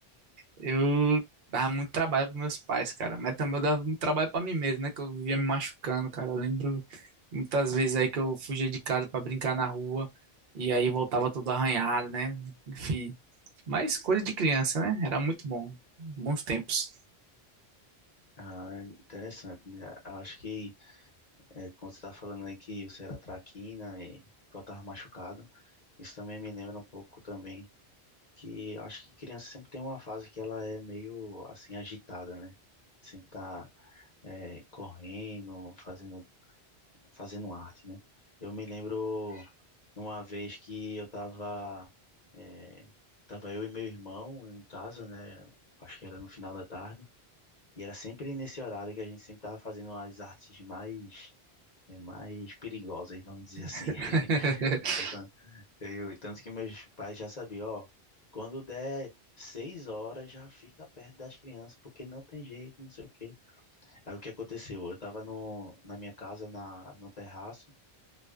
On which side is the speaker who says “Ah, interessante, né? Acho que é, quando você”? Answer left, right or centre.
Left